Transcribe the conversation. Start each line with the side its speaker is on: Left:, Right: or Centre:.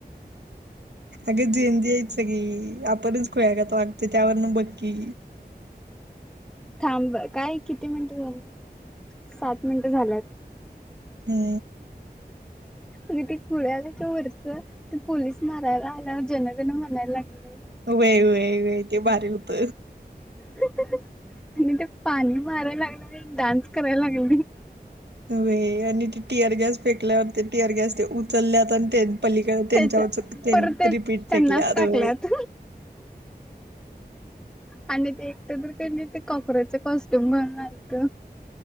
Right: अगं जेदीयेती सगळी. आपणच खुळ्यागत वाग ते त्यावरन बघकी.
Centre: थांब काय किती मिनिटं झाली सात मिनिटं झाल्यात
Right: हू
Centre: अगं ते खुल आलंय ते वरच ते पोलीस मारायला आल्यावर जनगण म्हणायला लागलय
Right: व्हय व्हय व्हय ते भारी होत
Centre: आणि ते पाणी माराय लागलं आणि डान्स करायला लागलय
Right: व्हय आणि ते टी आर गॅस फेकल्यावर ते टी आर गॅस ते उचलल्याता ते पलीकडे त्यांच्यावर
Centre: त्याच्या परत ते
Right: रिपीट
Centre: त्यांनाच
Right: फेकल्या
Centre: टाकल्यात.
Right: व
Centre: आणि ते एकट तर काही नाही ते कॉक्रोचच कॉस्ट्यूम घालून आलत